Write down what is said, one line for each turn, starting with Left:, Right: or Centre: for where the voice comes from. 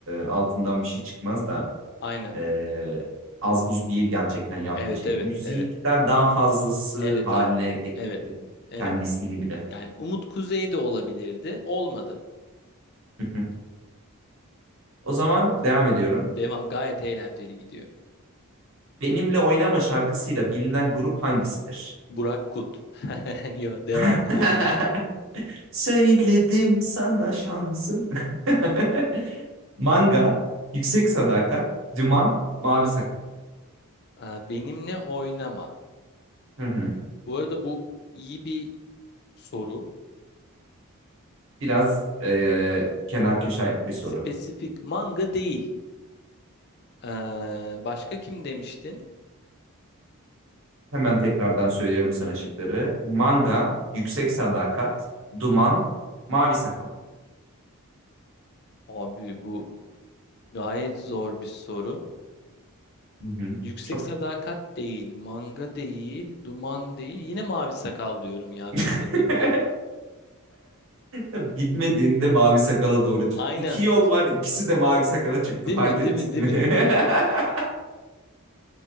Right: altından bir şey çıkmaz da
Left: Aynen.
Right: e, az buz değil gerçekten yaptığı
Left: Evet
Right: şey.
Left: evet
Right: Müzikten
Left: evet.
Right: daha fazlası
Left: Evet
Right: haline
Left: abi.
Right: getirdi
Left: Evet. Evet.
Right: kendi ismini bile.
Left: Yani Umut Kuzey de olabilirdi. Olmadı.
Right: Hı hı. O zaman devam ediyorum.
Left: Devam gayet eğlenceli gidiyor.
Right: Benimle Oynama şarkısıyla bilinen grup hangisidir?
Left: Burak Kut. <laughs> Yo, devam
Right: <laughs>
Left: edebiliriz.
Right: Söyledim sana şansım. <laughs> Manga, Yüksek Sadakat, Duman, Mavi Sakal.
Left: Aa, Benimle oynama.
Right: Hı hı.
Left: Bu arada bu iyi bir soru.
Right: Biraz eee, kenar köşe bir
Left: Spesifik
Right: soru.
Left: manga değil. Ee, başka kim demiştin?
Right: Hemen tekrardan söylüyorum sana şıkları. Manga, Yüksek Sadakat, Duman, Mavi Sakal.
Left: Abi bu gayet zor bir soru.
Right: Hı hı.
Left: Yüksek
Right: Çok
Left: Sadakat değil, manga değil, duman değil. Yine mavi sakal diyorum ya
Right: <laughs>
Left: bilmediğimden.
Right: Bilmediğinde mavi sakala doğru çıktı.
Left: Aynen.
Right: İki yol var, ikisi de mavi sakala çıktı.
Left: Değil
Right: Fark
Left: mi?
Right: ettin
Left: Değil mi? Değil
Right: mi?
Left: mi? Değil mi?
Right: <laughs>